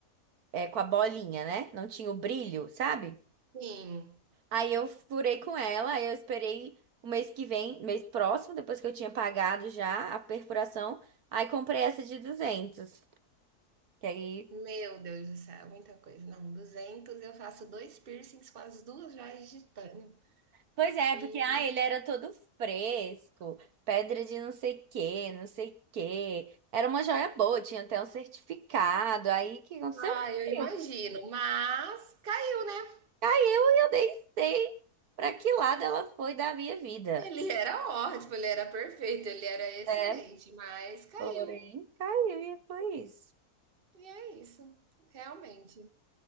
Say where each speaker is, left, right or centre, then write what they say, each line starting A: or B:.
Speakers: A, on the right; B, on the right.
A: é, com a bolinha, né? Não tinha o brilho, sabe?
B: Sim,
A: Aí eu furei com ela, aí eu esperei o mês que vem, mês próximo, depois que eu tinha pagado já a perfuração, aí comprei essa de 200. que aí
B: meu Deus do céu, muita coisa. Não, 200 eu faço 2 piercings com as 2 joias de titânio.
A: Pois é,
B: E,
A: porque ah, ele era todo fresco, pedra de não sei quê, não sei quê. Era uma joia boa, tinha até um certificado. Aí o que aconteceu?
B: ah, eu imagino,
A: Eu-
B: mas caiu, né?
A: Aí eu nem sei pra que lado ela foi da minha vida.
B: Ele era ótimo, ele era perfeito, ele era excelente,
A: É,
B: mas caiu.
A: porém, caiu e foi isso.
B: E é isso, realmente.